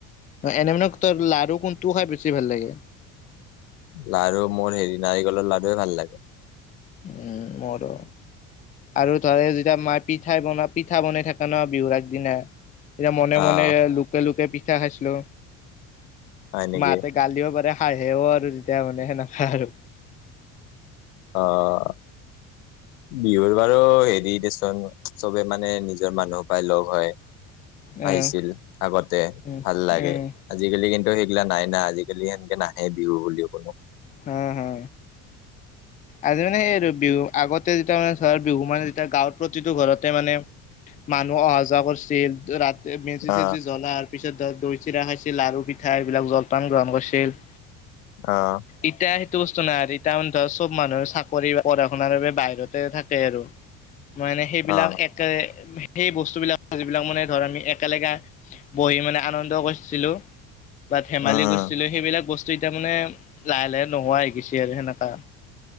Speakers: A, on the left; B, on the left.
A: এনে মানে তোৰ লাৰু কোনটো খাই বেছি ভাল লাগে?
B: লাৰু মোৰ হেৰি নাৰিকলৰ লাৰুৱে ভাল লাগে।
A: ওম মোৰো আৰু তাৰে যেতিয়া মাই পিঠাই বনা পিঠা বনাই থাকা ন' বিহুৰ অগদিনা এতিয়া মনে
B: আহ
A: মনে লোকাই লোকাই পি খাইছিলো
B: হয় নেকি
A: মাহঁতে গালিও পাৰে হাঁহেও আৰু যেতিয়া মানে সেনেকা আৰু।
B: অ'। বিহুৰ বাৰু হেৰি দেচোন, চবে মানে নিজৰ মানুহ সোপাই লগ হয়।
A: উম
B: আহিছিল আগতে
A: উম
B: ভাল লাগে,
A: উম
B: আজিকালি কিন সেইগিলা নাই না আজিকালি সেনেকে নাহে বিহু বুলিও কোনো।
A: হা-হা।
B: <inaudible>
A: আজি মানে সেই আৰু বিহু, আগতে যেতিয়া মানে ধৰ বিহু মানে যেতিয়া গাঁৱৰ প্ৰতিটো ঘৰতে মানে। মানুহ অহা-যোৱা কছিল, ৰাতি মেজি-চেজি
B: অ
A: জ্বলা হোৱাৰ পিছত দৈ, চিৰা খাইছিল। লাৰু-পিঠা এইবিলাক জলপান গ্ৰহণ কৰিছিল।
B: অ'।
A: এতিয়া সেইটো বস্তু নাই, এতিয়া <unintelligible> চব মানুহে চাকৰি বা পঢ়া শুনাৰ বাবে বাহিৰতে থাকে আৰু। মানে সেইবিলাক
B: অ
A: একে সেই বস্তুবিলাক যিবিলাক মানে ধৰ আমি একেলগে বহি মানে আনন্দ কৰিছিলো। তাত ধেমালি
B: উম উম
A: কৰিছিলো সেইবিলাক বস্তু এতিয়া মানে লাহে লাহে নোহোৱা গৈছে আৰু সেনেকা।